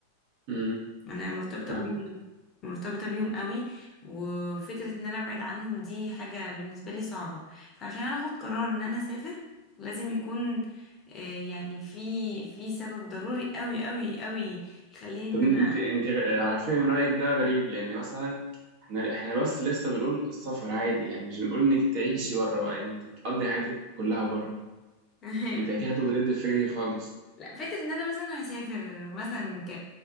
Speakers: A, on the right; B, on the left.
A: مم.
B: انا مرتبطة
A: فاهمك
B: بيهم مرتبطة بيهم قوي وفكرة ان انا ابعد عنهم دي حاجة بالنسبة لي صعبة فعشان اخد قرار ان انا اسافر لازم يكون آه، يعني في في سبب ضروري قوي قوي قوي يخليني ان
A: طب انت
B: انا
A: انت غ- على فين رأيك ده غريب لان مثلا احنا احنا بس لسه بنقول السفر عادي يعني مش بنقول انك تعيشي بره بقى يعني انت تقضي حياتك كلها بره
B: <laughs>
A: انت كده هتبقى ضد الفكرة دي خالص
B: لا فكرة ان انا مثلا هسافر مثلا ك